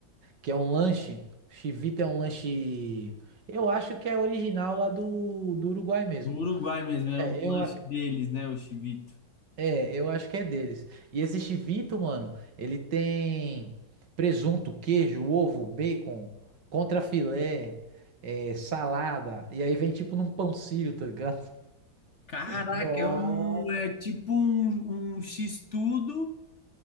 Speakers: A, on the right; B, on the left.
A: que é um lanche. Chivito é um lanche. Eu acho que é original lá do, do Uruguai mesmo.
B: Do Uruguai mesmo, é
A: É,
B: um lanche
A: eu,
B: deles, né? O chivito.
A: é, eu acho que é deles. E esse chivito, mano, ele tem presunto, queijo, ovo, bacon, contrafilé, é, salada. E aí vem tipo num pão sírio, tá ligado?
B: Caraca,
A: <laughs> Nossa.
B: é, um, é tipo um, um x-tudo